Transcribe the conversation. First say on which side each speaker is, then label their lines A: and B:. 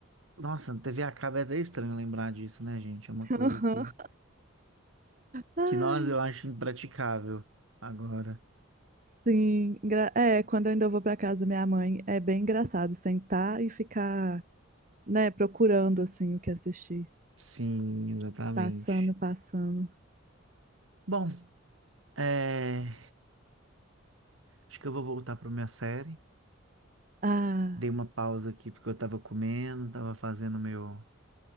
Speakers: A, on the right; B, on the right.
A: nossa, TV a cabo é até estranho lembrar disso, né, gente? É uma coisa
B: Aham.
A: que,
B: Ai,
A: que nós eu acho impraticável agora.
B: sim. Engra- É, quando eu ainda vou pra casa da minha mãe, é bem engraçado sentar e ficar, né, procurando assim o que assistir.
A: Sim, exatamente.
B: Passando, passando.
A: Bom, é, acho que eu vou voltar para minha série.
B: Ah,
A: Dei uma pausa aqui porque eu tava comendo, tava fazendo meu,